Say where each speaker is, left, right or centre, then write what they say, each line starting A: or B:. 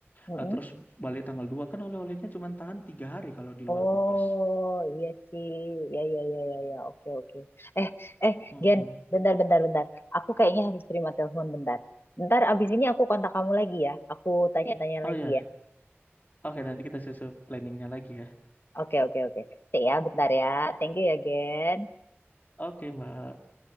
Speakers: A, on the left (about 55°); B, on the left (about 40°).
A: mm-mm.
B: Nah, terus balik tanggal dua kan oleh-olehnya cuma tahan tiga hari kalau di
A: Oh,
B: luar kulkas.
A: iya sih. Ya, ya, ya, ya, ya. Oke, oke. Eh, eh,
B: Mm-mm.
A: Gen, bentar, bentar, bentar. Aku kayaknya harus terima telepon bentar. Bentar, abis ini aku kontak kamu lagi ya. Aku tanya-tanya
B: Oh
A: lagi
B: ya,
A: ya.
B: oke nanti kita susun planningnya lagi ya.
A: Oke, oke, oke. Oke ya, bentar ya. Thank you ya, Gen.
B: Oke Mbak.